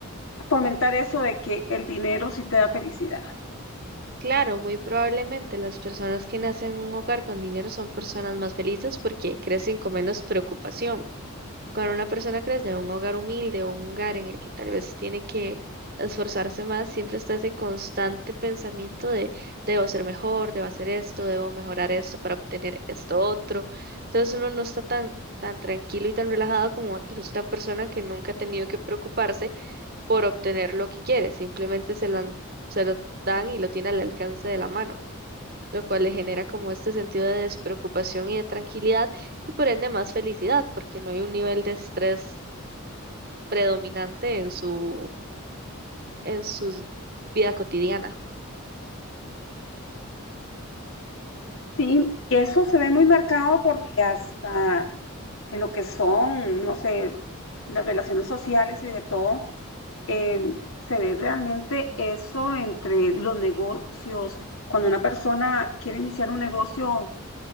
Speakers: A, on the left (about 70°); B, on the right (about 45°).
A: fomentar eso de que el dinero sí te da felicidad.
B: Claro, muy probablemente las personas que nacen en un hogar con dinero son personas más felices porque crecen con menos preocupación. Cuando una persona crece en un hogar humilde o un hogar en el que tal vez tiene que esforzarse más, siempre está ese constante pensamiento de debo ser mejor, debo hacer esto, debo mejorar esto para obtener esto otro. Entonces uno no está tan, tan tranquilo y tan relajado como tal vez una persona que nunca ha tenido que preocuparse por obtener lo que quiere, simplemente se lo han- se lo dan y lo tiene al alcance de la mano, lo cual le genera como este sentido de despreocupación y de tranquilidad y por ende más felicidad, porque no hay un nivel de estrés predominante en su, en su vida cotidiana.
A: Sí, eso se ve muy marcado porque hasta en lo que son, no sé, las relaciones sociales y de todo, eh, se ve realmente eso entre los negocios. Cuando una persona quiere iniciar un negocio, o